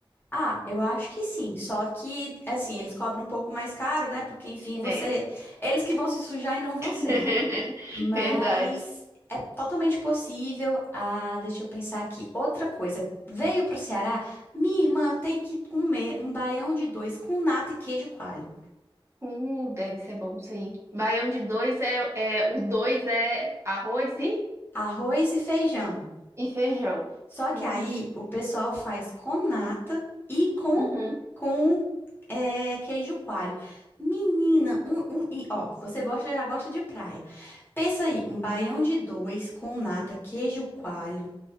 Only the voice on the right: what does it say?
É,
<laughs>
Verdade.
Uh, deve ser bom isso aí. Baião de dois é, é o dois é arroz e,
e feijão.
Hum,
uhum,